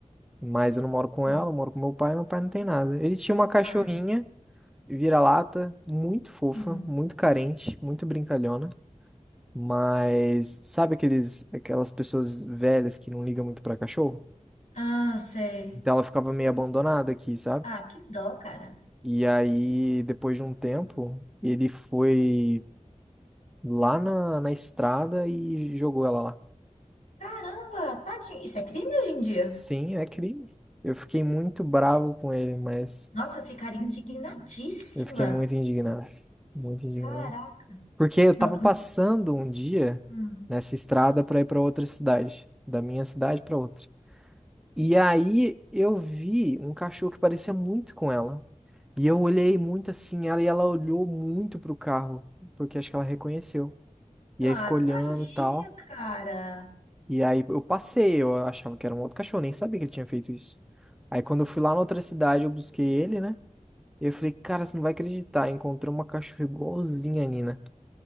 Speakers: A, in the centre; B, on the left.
A: Mas eu não moro com
B: Hum.
A: ela, eu moro com meu pai, meu pai não tem nada. Ele tinha uma cachorrinha,
B: Ah,
A: vira-lata, muito fofa,
B: sim.
A: muito carente, muito brincalhona. Mas sabe aqueles, aquelas pessoas velhas que não ligam muito pra cachorro?
B: Ah, sei.
A: Então ela ficava meio abandonada aqui, sabe?
B: Ah, que dó, cara.
A: E aí, depois de um tempo, ele foi. lá na, na estrada e jogou ela lá.
B: Caramba, tadinho. Isso é crime hoje em dia?
A: Sim, é crime. Eu fiquei muito bravo com ele, mas
B: Nossa, eu ficaria indignadíssima.
A: eu fiquei muito indignado. Muito indignado.
B: Caraca.
A: Porque eu
B: Não.
A: tava
B: hum.
A: passando um dia
B: hum.
A: nessa estrada pra ir pra outra cidade, da minha cidade pra outra. E aí eu vi um cachorro que parecia muito com ela. E eu olhei muito assim ela e ela olhou muito pro carro, porque acho que ela reconheceu. E
B: Ah,
A: aí ficou olhando
B: tadinho,
A: e tal.
B: cara.
A: E aí eu passei, eu achava que era um outro cachorro, nem sabia que ele tinha feito isso. Aí quando eu fui lá na outra cidade, eu busquei ele, né? Eu falei, cara, você não vai acreditar, encontrei uma cachorra igualzinha a Nina.